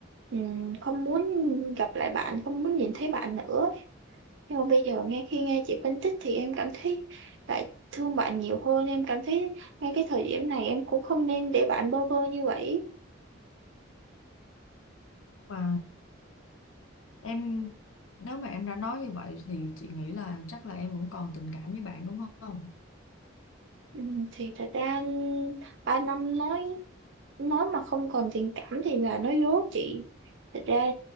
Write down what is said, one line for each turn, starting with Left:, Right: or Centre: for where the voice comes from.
Right: ừm, không muốn gặp lại bạn không muốn nhìn thấy bạn nữa nhưng mà bây giờ nghe khi nghe chị phân tích thì em cảm thấy lại thương bạn nhiều hơn em cảm thấy ngay cái thời điểm này em cũng không nên để bạn bơ vơ như vậy
Left: và em nếu mà em đã nói như vậy thì chị nghĩ là chắc là em vẫn còn tình cảm với bạn đúng không
Right: Ừ, thì thật ra ba năm nói nói mà không còn tình cảm thì là nói dối chị thật ra